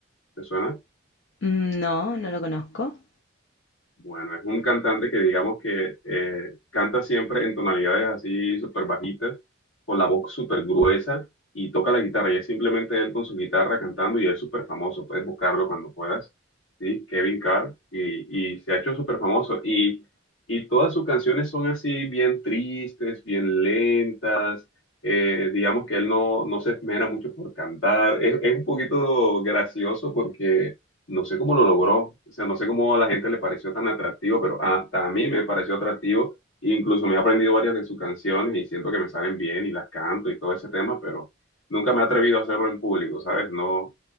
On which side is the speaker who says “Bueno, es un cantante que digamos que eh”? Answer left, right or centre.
Left